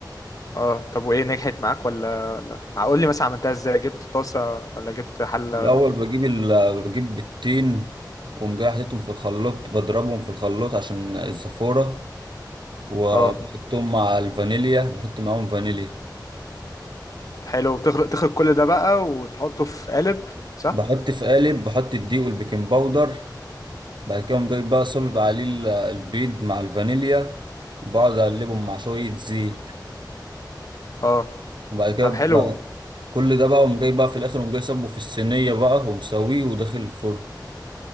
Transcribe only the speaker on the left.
آه. طب وايه نجحت معاك ولا لا قول لي مثلا عملتها ازاي جبت طاسه ولا جبت حله
ولا جبت
اه
حلو بتخلط تخلط كل ده بقى وتحطه في قالب صح
اه
طب حلو